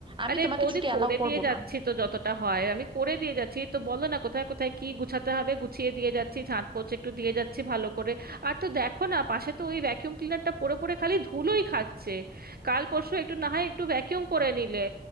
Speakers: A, on the right; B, on the right.
A: আমি
B: আরে
A: তোমাকে
B: বৌদি
A: ছুটি অ্যালাউ
B: করে
A: করব
B: দিয়ে যাচ্ছি
A: না
B: তো যতটা হয় আমি করে দিয়ে যাচ্ছি তো বলো না কোথায় কোথায় কি গুছাতে হবে গুছিয়ে দিয়ে যাচ্ছি ঝাঁট পোছ একটু দিয়ে যাচ্ছি ভালো করে আর তো দেখো না পাশে তো ওই ভ্যাকিউম ক্লিনারটা পড়ে পড়ে খালি ধুলোই খাচ্ছে কাল পরশু একটু না হয় একটু ভ্যাকিউম করে নিলে